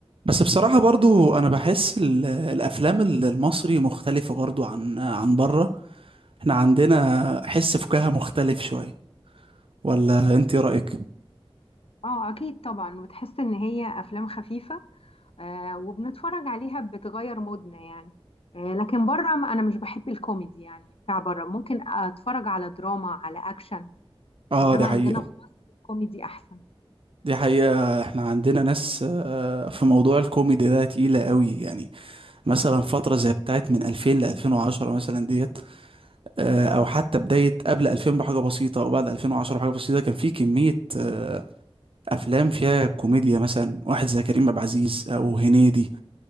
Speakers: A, on the right; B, on the left.
A: بس بصراحة برضو أنا بحس ال- الأفلام ال- المصري مختلفة برضو عن عن بره احنا عندنا حس فكاهة مختلف شوية ولا أنت إيه رأيك؟
B: اه اكيد طبعا وتحس ان هي افلام خفيفه آه وبنتفرج عليها بتغير مودنا يعني آه لكن بره ما انا مش بحب الكوميدي يعني بتاع بره ممكن اتفرج على دراما على اكشن
A: آه
B: انما
A: دي حقيقة
B: عندنا في مصر الكوميدي احسن
A: دي حقيقة احنا عندنا ناس آه، في موضوع الكوميدي ده تقيلة قوي يعني مثلا فترة زي بتاعت من 2000 ل 2010 مثلا ديت آه، أو حتى بداية قبل 2000 بحاجة بسيطة أو بعد 2010 بحاجة بسيطة كان في كمية آه، أفلام فيها كوميديا مثلا واحد زي كريم عبد العزيز أو هنيدي